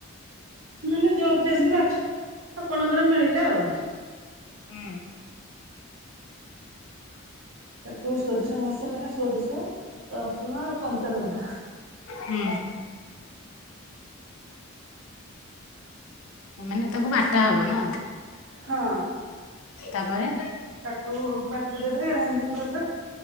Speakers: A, on the right; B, on the left.
A: ମାନେ ଜ- ଯେମିତି ମାଛ ଆପଣଙ୍କର ମିଳିଲା ଆଉ।
B: ହୁଁ।
A: ତାକୁ ସୋରିଷ ମସଲା, ସୋରିଷ, ରସୁଣ ଆଉ କଞ୍ଚାଲଙ୍କା
B: ହୁଁ। ମାନେ ତାକୁ ବାଟା ହବ ନୁହଁ?
A: ହଁ।
B: ତାପରେ?
A: ତାକୁ ବାଟିଦେବେ ଗ୍ରାଇଣ୍ଡିଙ୍ଗ୍ କରିଦେବେ